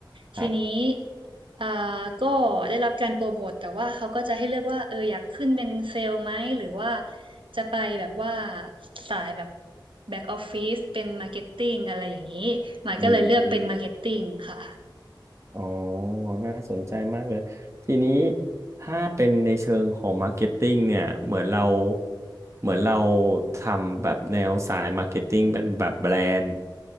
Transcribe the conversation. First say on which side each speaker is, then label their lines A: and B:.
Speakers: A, on the right; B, on the right.
A: ทีนี้
B: ครับ
A: อ่าก็ได้รับการโปรโมทแต่ว่าเขาก็จะให้เลือกว่าเอออยากขึ้นเป็นเซลล์ไหมหรือว่าจะไปแบบว่าสายแบบแบ็กออฟฟิศเป็นมาร์เก็ตติ้งอะไรอย่างนี้มายก็เลยเลือกเป็นมาร์เก็ตติ้งค่ะ
B: อืม อ๋อ น่าสนใจมากเลย ทีนี้ถ้าเป็นในเชิงของมาร์เก็ตติ้งเนี่ย เหมือนเราเหมือนเราทำแบบแนวสายมาร์เก็ตติ้งเป็นแบบแบรนด์